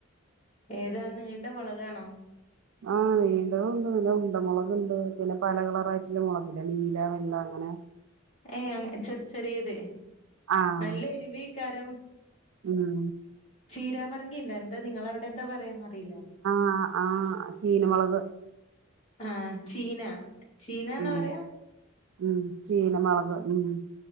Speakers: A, on the left (about 30°); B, on the right (about 70°).
A: ഏതാ നീണ്ട മൊളകാണോ
B: ആ നീണ്ടതുണ്ട് പിന്നെ ഉണ്ട മൊളക്ണ്ട് പിന്നെ പല കളറായിയിട്ടുള്ള മുളകില്ലെ നീല വെള്ള എങ്ങനെ
A: ഏയ് അങ്ങ് ചെറ് ചെറിയത്
B: ആഹ്
A: നല്ല എരുവിക്കാരം
B: ഉം
A: ചീരാ പറങ്കിണ്ടോ എന്താ നിങ്ങളെ അവിടെ എന്താ പറയാന്നറിയില്ല
B: ആ ആ ശീന മൊളക്
A: ആ ചീന ചീനാന്നാ
B: ഉം
A: പറയാ
B: ഉം ചീന മൊളക് ഉം